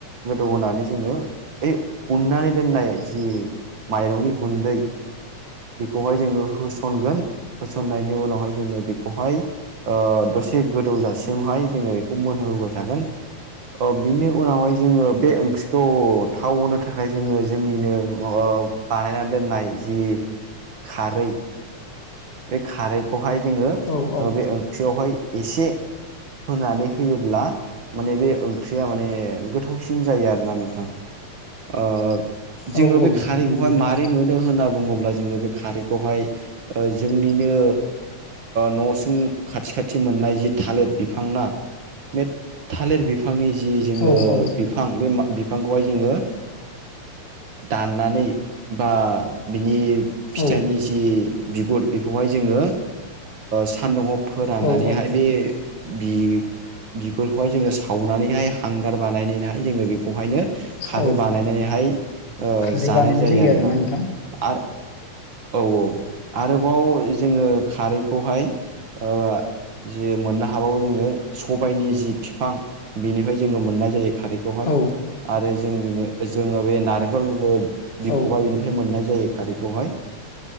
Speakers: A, on the right; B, on the left.
A: गोदौ होनानै जोङो ऐ उननानै दोननाय जि माइरंनि गुन्दै बेखौहाय जोङो होसनगोन होसननायनि उनावहाय जोङो बेखौहाय ओ दसे गोदौजासिमहाय जोङो बेखौ मोनहोबाय थागोन ओ बेनि उ उनावहाय जोङो बे ओंख्रि खौ थाव होनो थाखाय जोङो जोंनिनो ओ बानायनानै दोननाय जि खारै बे खारैखौहाय जोङो
B: औ औ
A: बे ओंख्रियावहाय एसे होनानै होयोब्ला माने बे ओंख्रिया माने गोथावसिन जायो आरोना नोंथां ओ जोङो
B: औ औ
A: बे खारैखौहाय
B: नंगौ नोंथां
A: माबारै मोनो होनना बुङोब्ला जोङो बे खारैखौहाय जोंनिनो न'सुं खाथि खाथि मोननाय जि थालिर बिफां ना बे थालिर बिफांनि जि जोङो
B: औ औ
A: बिफां बे बिफांखौहाय जोङो दाननानै बा बिनि फिथाइनि
B: औ
A: जि बिगुर बेखौहाय जोङो सान्दुंआव फोराननानैहाय
B: औ औ
A: बे बि बिगुरखौहाय जोङो सावनानैहाय हांगार बानायनानैहाय जोङो बेखौहायनो खारै
B: औ
A: बानायनानैहाय
B: खारै
A: जानाय
B: बानायनाय
A: जायो आरोना
B: नोंथां
A: आरो औ औ आरोबाव जोङो खारैखौहाय ओ जे मोननो हाबावो जोङो सबायनि जि बिफां बेनिफ्राय जोङो मोननाय जायो। खारैखौहाय
B: औ
A: आरो जोंनिनो जोङो बे नारेंखल बिखबा
B: औ
A: बेनिफ्राय मोननाय जायो खारैखौहाय